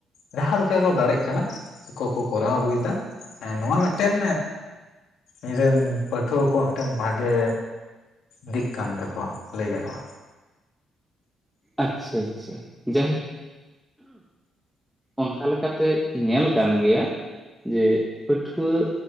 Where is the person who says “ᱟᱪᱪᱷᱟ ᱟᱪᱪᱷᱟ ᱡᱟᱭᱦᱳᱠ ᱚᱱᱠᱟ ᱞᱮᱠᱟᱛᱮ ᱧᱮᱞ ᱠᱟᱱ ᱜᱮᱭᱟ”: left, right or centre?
Centre